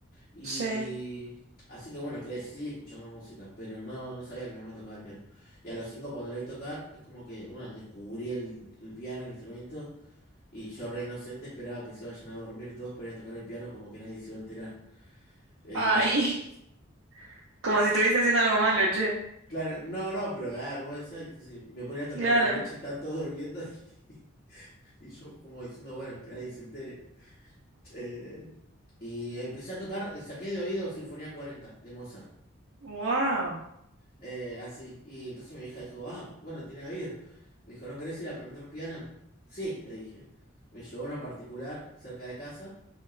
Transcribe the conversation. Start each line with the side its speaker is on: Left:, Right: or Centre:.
Left: Y
Right: Sí.
Left: así que bueno, crecí escuchando música, pero no, no sabía que mi mamá tocaba el piano. Y a los cinco cuando la vi tocar, es como que, bueno, descubrí el, el piano, el instrumento, y yo re inocente esperaba que se vayan a dormir todos para ir a tocar el piano como que nadie se iba a enterar. Eh,
Right: Ay, <laughs> Como si estuviese haciendo algo malo, che.
Left: claro, no, no, pero me da vergüenza. Entonces me ponía a tocar
Right: Claro.
Left: a la noche, estaban todos durmiendo <laughs> y, yo como diciendo, bueno, que nadie se entere. Eh, y empecé a tocar, saqué de oído Sinfonía 40 de Mozart.
Right: wow.
Left: Eh, así. Y entonces mi hija dijo, ah, bueno, tiene oído. Me dijo, ¿no querés ir a aprender piano? Sí, le dije. Me llevó a una particular cerca de casa,